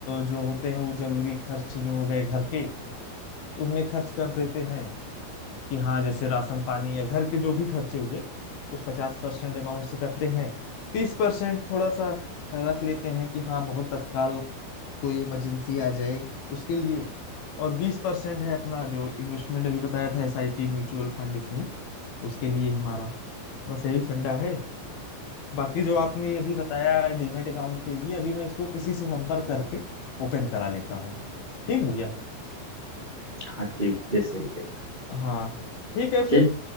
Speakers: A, on the left; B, on the right.
A: जो होते हैं वो जरूरी खर्च जो हो गए घर के उनमें खर्च कर देते हैं कि हाँ जैसे राशन पानी या घर के जो भी खर्चे हुए उस पचास परसेंट अमाउंट से करते हैं तीस परसेंट थोड़ा सा रख लेते हैं कि हाँ बहुत तत्काल कोई इमरजेंसी आ जाए उसके लिए और बीस परसेंट है अपना जो इन्वेस्टमेंट अभी बताया था एसआईपी म्यूचुअल फंड इसमें उसके लिए हमारा बस यही फंडा है बाकी जो आपने ये भी बताया डीमेट अकाउंट के लिए अभी मैं इसको किसी से संपर्क करके ओपन करा लेता हूँ ठीक है भैया।
B: हाँ ठीक है सही है
A: हाँ ठीक है फिर
B: ठीक